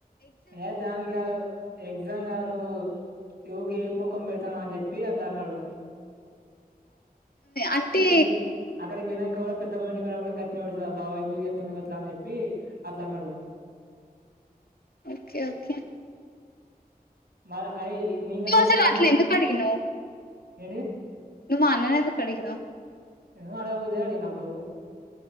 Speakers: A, on the right (about 90°); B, on the left (about 70°).
A: ఏ దానికి కాదు ఎగ్జామ్ కాదు నువ్వు ఊకె ఏడ్ ముఖం పెడతాన్నవు అని చెప్పి అట్లా అన్నడు
B: అంటే
A: గి అక్కడికి పోయినాంక పెద్దమ్ండికినా కూడా గట్ని పెడుతుందిా బాబ ఎందుకు చెస్తుాడు అట్లా అని చెప్పి అట్లా అన్నాడు <unintelligible>
B: ఓకే ఓకే
A: మ అయి నేను కాకపోతే
B: నువ్వు అసలు
A: తమ్ము
B: అట్లా ఎందుకు అడిగినవ్
A: ఏంటి
B: నువ్వు మా అన్నని ఎందు కడిగినవ్
A: ఎదో అడగబుద్దయి అడిగినప్పుడు